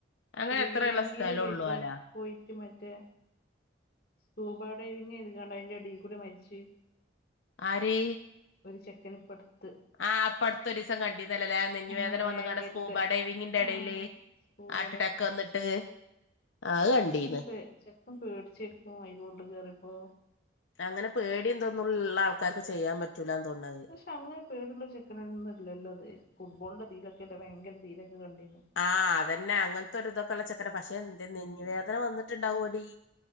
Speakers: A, on the left; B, on the left.
A: അങ്ങനെ
B: ശ്രീലങ്കീല്
A: എത്രയുള്ള സ്ഥലമുള്ളൂ
B: പോയിക്കാ
A: അല
B: പോയിറ്റ് മറ്റേ സ്കൂബ ഡൈവിംഗ് യ്ത് കാണ്ട് അയിന്റെ എ ടീ കൂടെ മരിച്ച്
A: ആര്?
B: ഒരു ചെക്കന് ഇപ്പട്ത്ത്
A: ആഹ്ഇപ്പട്ത്തൊരീസംകണ്ടീന്നല്ല ലേ ആ നെഞ്
B: ആഹ്
A: വേദന
B: വേങ്ങരത്തെ
A: വന്ന്കാണ്ട് സ്കൂബ ഡൈവിങ്ങിന്റെ
B: ആഹ്
A: എടേല്
B: സ്കൂബ
A: ആട്ട ഡാക്ക് വന്നിട്ട് ആ, അത് കണ്ടീന്ന്
B: എന്റെ പേ ചെക്കൻ പേടിച്ചെരിക്കും അയിന്റെ ഉള്കേറിപ്പോ
A: അങ്ങനെ പേടിം തൊന്നുള്ള ആൾക്കാർക്ക് ചെയ്യാൻ പറ്റൂലാന്ന് തോൺണത്
B: പക്ഷെഅങ്ങനെപേടി ഉള്ളചെക്കനൊന്നുംഅല്ലല്ലോഅത്. ഫുട്ബോളിന്റെ തീലൊക്കെ അല്ലേ ഭയങ്കര തീലൊക്കെ കണ്ടീനെ
A: ആഹ് അതന്നെ, അങ്ങൻത്തൊരു തൊക്കെള്ള ചെക്കനാ, പക്ഷെ ന്തേ നെഞ് വേദന വന്നിട്ടുണ്ടാവൊടി